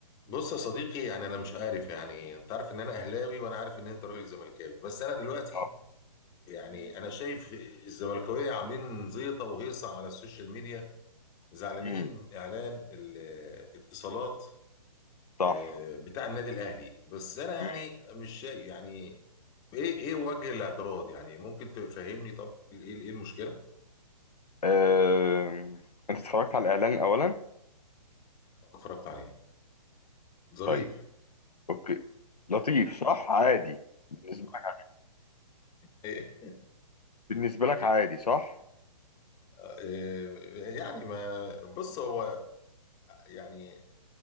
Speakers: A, on the left (about 20°); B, on the left (about 85°).
A: بص يا صديقي يعني انا مش عارف يعني انت عارف ان انا اهلاوي وانا عارف ان انت راجل زملكاوي بس انا دلوقتي
B: اه
A: يعني انا شايف الزملكاويه عاملين زيطه وهيصه على السوشيال ميديا زعلانين
B: امم
A: من اعلان الاتصالات
B: صح
A: آه، بتاع النادي الاهلي بس انا يعني
B: مم.
A: مش شايف يعني ايه ايه وجه الاعتراض يعني ممكن تفهمني طب ايه ايه المشكله
B: أم... انت اتفرجت على الاعلان اولا
A: اتفرجت عليه ظريف
B: طيب اوكي لطيف صح عادي بالنسبه لك
A: ايه
B: بالنسبه لك عادي صح
A: آه، آه، يعني ما بص هو يعني